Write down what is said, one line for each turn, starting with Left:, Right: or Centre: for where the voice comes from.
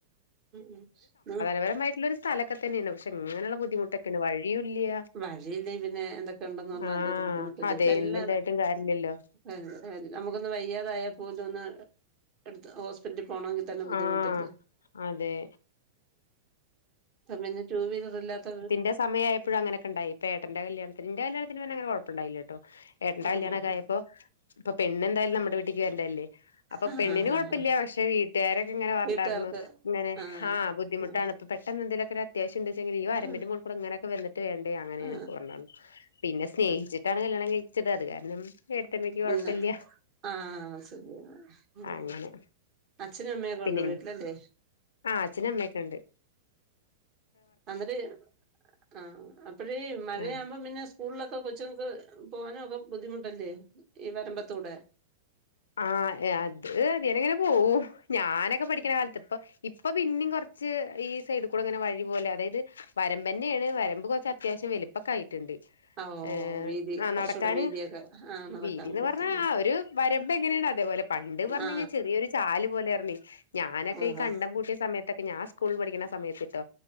Right: ഉണ്ട്
Left: ഇതേ മായിട്ടുളരു സ്ഥലൊക്കെ തന്നെയാണ്. പക്ഷെ ഇങ്ങനെയുള്ള ബുദ്ധിമുട്ടൊക്കെയാണ്, വഴിയുംല്യ.
Right: വഴിയില്ലെങ്കിൽ പിന്നെ, എന്തൊക്കെ ണ്ടന്ന് പറഞ്ഞാലും
Left: ആഹ്
Right: ഒരു ബുദ്ധിമുട്ട ല്ലേ?
Left: അതെ
Right: ചെല്ല
Left: എന്തുണ്ടായിട്ടും കാര്യല്ലല്ലോ
Right: അതെ, അതെ, നമുക്കൊന്ന് വയ്യാതായാ പോലും, ഒന്ന് എടുത്ത് ഹോസ്- പിറ്റലിൽ പോണങ്കി തന്നെ ബുദ്ധിമുട്ടല്ലേ?
Left: ആഹ് അതെ
Right: പ്പൊ, പിന്നെ, ടു വീലർ ഇല്ലാത്ത വീ
Left: എന്റെ സമയാഴപ്പോ അങ്ങനെയൊക്ക ണ്ടായി. ഇപ്പൊ ഏട്ടന്റെ കല്യാണത്തിന് ന്റെ കല്യാണത്തിന് പിന്നെ അങ്ങനെ കൊഴപ്പണ്ടായില്ല. ട്ടോ? ഏട്ടന്റെ കല്യാണം
Right: ഓ ഓ
Left: ഒക്കെ ആയപ്പോ, ഇപ്പൊ പെണ്ണ് ന്തായാലും നമ്മുടെ വീട്ടിക്ക് വരണ്ടതല്ലേ? അപ്പൊ
Right: ആ
Left: പെണ്ണിന്
Right: ആ
Left: കൊഴപ്പല്ല.
Right: ആ ആ
Left: പക്ഷെ വീട്ടുകാരൊക്കെ ഇങ്ങനെ പറഞ്ഞിണ്ടായിരുന്നു.
Right: വീട്ടുകാർക്ക്
Left: ഇങ്ങനെ
Right: ആ
Left: ആഹ് ബുദ്ധിമുട്ട്.
Right: ആ
Left: ട്ടാണ് പ്പൊ പെട്ടന്ന് ന്തെങ്കിലൊക്കെ അത്യാവശ്യം ണ്ട്ച്ചെങ്കിൽ ഈ വരമ്പിന്റെ
Right: ആ
Left: മോൾക്കൂടെ ങ്ങനൊക്കെ വന്നിട്ട് വേണ്ടേ? അങ്ങനെയാണ്
Right: ആ
Left: ന്നൊക്കെ പറഞ്ഞക്കാണ്ട് പിന്നെ സ്നേഹിച്ചിട്ടാണ്
Right: ആ
Left: കല്യാണം കഴിച്ചത്. അത് കാരണം ഏട്ത്തിയമ്മക്ക് കൊഴപ്പല്യ,
Right: പിന്നെ ആ ശരിയാണ് ഉം
Left: അങ്ങനെ
Right: അച്ഛനും അമ്മയൊക്കെ
Left: പിന്നെ,
Right: ഉണ്ട് വീട്ടിലല്ലേ
Left: ആഹ്, അച്ഛനും അമ്മക്കെണ്ട്.
Right: അന്നിട്ട്, ആഹ്, അപ്പഴേ മഴയാവുമ്പോ
Left: ആഹ്
Right: പിന്നെ, സ് സ്കൂളിലൊക്കെ കൊച്ചുങ്ങക്ക് പോകാനും ഒക്കെ ബുദ്ധിമുട്ടല്ലേ. ഈ വരമ്പത്തൂടെ.
Left: ആഹ്, അത് അങ്ങനെ ങ്ങനെ പോകും. ഞാനൊക്കെ പഠിക്കണ കാലത്ത്, ഇപ്പൊ. ഇപ്പൊ പിന്നിം കുറച്ച് ഈ സൈഡ കൂടെ ഇങ്ങനെ വഴി പോലെ അതായത്. വരമ്പ ന്നെയാണ് വരമ്പ് കുറച്ച് അത്യാവശ്യം വെലിപ്പക്ക ആയിട്ടുണ്ട്.
Right: ഓ
Left: ഏ
Right: വീതി
Left: ന
Right: കുറച്ചൂടെ
Left: നടക്കാന്
Right: വീതിയൊക്കെ ആ നടക്കാൻ
Left: വീട് ന്ന്
Right: പറ്റുന്ന
Left: പറഞ്ഞാ ആഹ്. ഒരു വരുമ്പ ങ്ങനെയാണ്, അതേപോലെ പണ്ട് പറഞ്
Right: ആ
Left: കഴിഞ്ഞാ, ചെറിയൊരു ചാല് പോലെ യാർന്ന്. ഞാനൊക്കെ
Right: ഓഹോ
Left: ഈ കണ്ട കൂട്ടിയ സമയത്തൊക്കെ, ഞാ സ്കൂളി ൽ പഠിക്കുന്ന സമയത്ത്ട്ടോ?